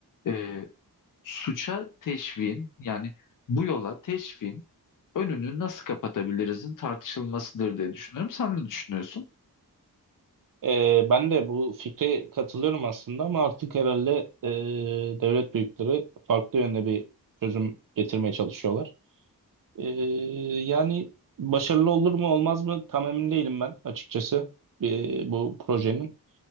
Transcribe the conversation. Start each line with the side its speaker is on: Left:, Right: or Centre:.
Left: e, suça teşviğin yani bu yola teşviğin önünü nasıl kapatabilirizin tartışılmasıdır diye düşünüyorum. Sen ne düşünüyorsun?
Right: E, ben de bu fikre katılıyorum aslında ama artık herhalde e, devlet büyükleri farklı yönde bir çözüm getirmeye çalışıyorlar. E, yani başarılı olur mu olmaz mı tam emin değilim ben açıkçası e, bu projenin.